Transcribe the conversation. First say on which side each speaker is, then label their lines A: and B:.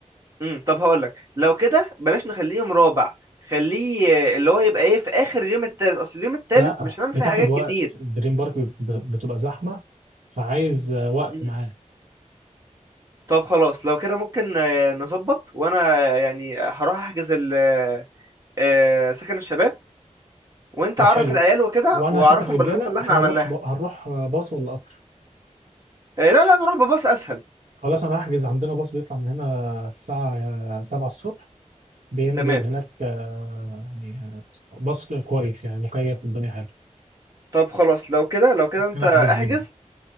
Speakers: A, on the right; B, on the right.
A: امم طب هقول لك لو كده بلاش نخليه يوم رابع خليه آه، اللي هو يبقى ايه في اخر اليوم التالت اصل اليوم التالت
B: لا
A: مش هنعمل
B: بتاخد
A: فيه حاجات
B: وقت
A: كتير
B: دريم بارك بيب- بتبقى زحمه فعايز آه، وقت
A: امم
B: معاه
A: طب خلاص لو كده ممكن آه، نظبط وانا آه، يعني هروح احجز ال آه، آه، سكن الشباب وانت
B: طب
A: عرف
B: حلو
A: العيال وكده
B: وانا
A: واعرفهم
B: هشوف الرجاله
A: بالخطة اللي احنا
B: احنا
A: عملناها
B: هنروح ب... هنروح آه، باص ولا قطر
A: آه، لا لا نروح بباص اسهل
B: خلاص انا هحجز عندنا باص بيطلع من هنا الساعه 7 الصبح بينزل
A: تمام
B: هناك آه، يعني آه، بس كويس يعني مكيف الدنيا حلوه
A: طب خلاص لو كده لو كده
B: ممكن
A: انت
B: احجز
A: احجز
B: لينا